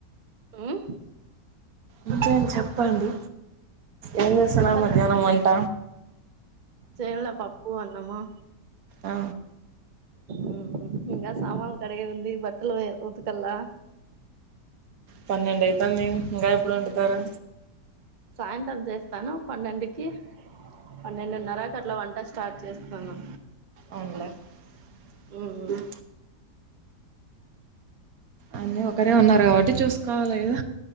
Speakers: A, on the right; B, on the right.
A: ఉమ్
B: ఇంక్ ఎం చెప్పండి ఏం చేస్తున్నారు
A: చెప్పాల
B: మధ్యాహ్నం
A: నువ్వే
B: వంట
A: చేన్ల పాప్ ప్పు అన్నము
B: ఆ
A: ఉమ్ ఉమ్ ఇంగా సామాన్లు కడిగేదివుంది బట్టలు ఉతుకలా
B: పన్నెండు అయితాంది ఇంగా ఎప్పుడు వండుతారు
A: సాయంత్రం చేస్తాను పన్నెండుకి పన్నెండున్నరకు అట్లా వం ఇక స్టార్ట్ చేస్తాను
B: అవునులే హ్మ్
A: ఉమ్
B: అన్ని ఒక్కరే ఉన్నారు కాబట్టి చూసుకోవాలి కద